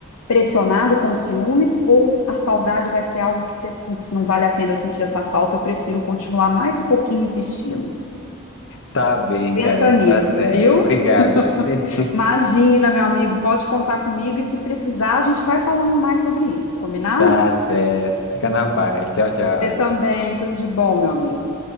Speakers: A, on the left; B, on the left.
A: pressionado com os ciúmes ou a saudade vai ser algo que você, putz, não vale a pena eu sentir essa falta, eu prefiro continuar mais um pouquinho insistindo.
B: Tá bem,
A: Pensa
B: Karina,
A: nisso,
B: tá certo.
A: viu?
B: Obrigado,
A: <laughs>
B: Vici.
A: Imagina, meu amigo, pode contar comigo e se precisar, a gente vai falando mais sobre isso, combinado?
B: Tá certo. Fica na paz. Tchau, tchau.
A: Você também, tudo de bom, meu amigo.